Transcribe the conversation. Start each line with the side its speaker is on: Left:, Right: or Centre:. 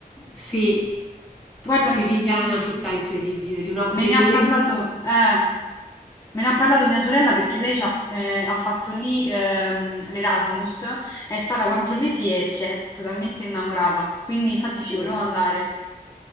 Centre: sì,
Left: guarda
Centre: Siviglia è una città incredibile, di una bellezza.
Left: Me ne ha parlato, eh, me ne ha parlato mia sorella perché lei ci ha, eh, ha fatto lì ehm, l'Erasmus, è stata quattro
Centre: Mm,
Left: mesi e si è totalmente innamorata, quindi infatti
Centre: Sì.
Left: ci volevo andare.